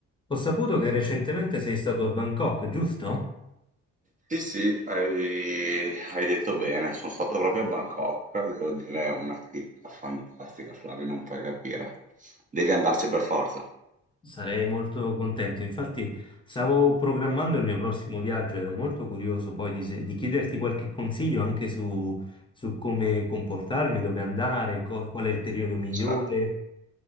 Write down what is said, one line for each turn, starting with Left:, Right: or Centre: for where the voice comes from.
Left: Ho saputo che recentemente sei stato a Bangkok, giusto?
Right: Sì, sì, hai, hai detto bene. Sono stato proprio a Bangkok, devo dire, è una città fantastica, Flavio, non puoi capire. Devi andarci per forza.
Left: Sarei molto contento. Infatti, stavo programmando il mio prossimo viaggio, ero molto curioso poi di, se- di chiederti qualche consiglio anche su, su come comportarmi, dove andare, co- qual è il periodo migliore.
Right: Certo.